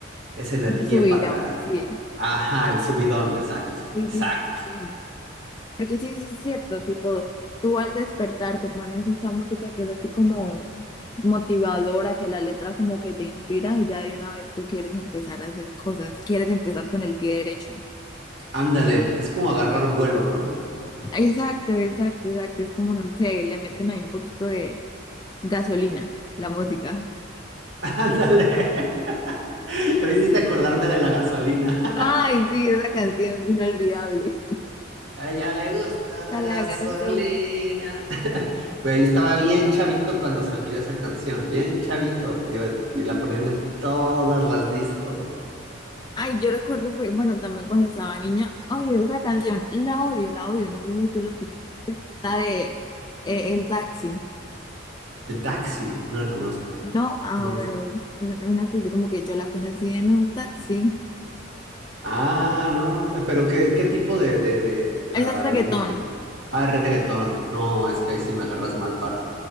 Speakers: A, on the right; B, on the left.
A: esa energía
B: de su video,
A: para...
B: sí.
A: Ajá, el subidón, exacto,
B: Sí,
A: exacto.
B: sí, sí. sí. Porque sí, sí es cierto, tipo, tú al despertar te pones esa música que es así como motivadora, que la letra como que te inspira y ya de una vez tú quieres empezar a hacer cosas, quieres empezar con el pie derecho.
A: Ándale, es como agarrar vuelo, ¿no?
B: Exacto, exacto, exacto, es como, no sé, le meten ahí un poquito de gasolina, la música.
A: <laughs> Ándale. <laughs> Me hiciste acordarme de la gasolina.
B: Ay,
A: <laughs>
B: sí, esa canción inolvidable.
A: A ella le gusta
B: Está
A: la gasolina.
B: la gasolina.
A: <laughs> Güey, yo estaba bien chavito cuando salió esa canción, bien chavito. Y, y la ponían en todas las discos.
B: Ay, yo recuerdo, fue- bueno, también cuando estaba niña, ay, esa canción, la odio, la odio, no sé si tú la escuchaste La de eh, el taxi.
A: El taxi, no la conozco.
B: No, ah,
A: No
B: bueno, es una que dice como que yo la conocí en un taxi.
A: Ah, no, no, eh, pero ¿qué, qué tipo de, de, de, ah,
B: Esa es reggaetón.
A: de música? Ah, reggaetón. No, es que ahí sí me agarras mal para.